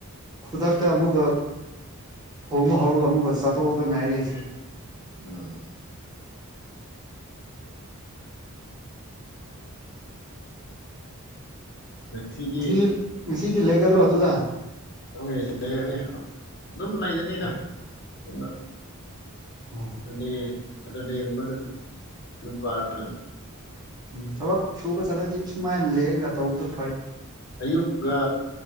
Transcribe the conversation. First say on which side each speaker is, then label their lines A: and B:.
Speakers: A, on the right (about 20°); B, on the left (about 50°).
A: ꯈꯨꯗꯛꯇ ꯑꯃꯨꯛꯀ ꯊꯣꯡꯕ ꯍꯧꯔꯒ ꯑꯃꯨꯛꯀ ꯆꯥꯊꯣꯛꯄꯗ ꯉꯥꯏꯔꯦ ꯑꯩꯁꯦ
B: ꯎꯝ ꯉꯁꯤꯗꯤ
A: ꯉꯁꯤ ꯉꯁꯤꯗꯤ ꯂꯩꯒꯗ꯭ꯔꯣ ꯑꯗꯨꯗ
B: ꯂꯣꯏ ꯂꯩꯔꯅꯤ ꯑꯗꯨꯝ ꯂꯩꯔꯅꯤꯅ
A: ꯑꯣ
B: ꯁꯣꯝꯗ
A: ꯑꯣ
B: ꯁꯟꯗꯦ ꯁꯇꯔꯗꯦꯒꯨꯝꯕꯗ ꯌꯨꯝ ꯀꯥꯔꯅꯤ
A: ꯎꯝ ꯊꯕꯛ ꯁꯨꯕ ꯆꯠꯂꯗꯤ ꯁꯨꯃꯥꯏꯅ ꯂꯩꯔꯒ ꯇꯧꯕꯗꯨ ꯐꯩ
B: ꯑꯌꯨꯛꯀ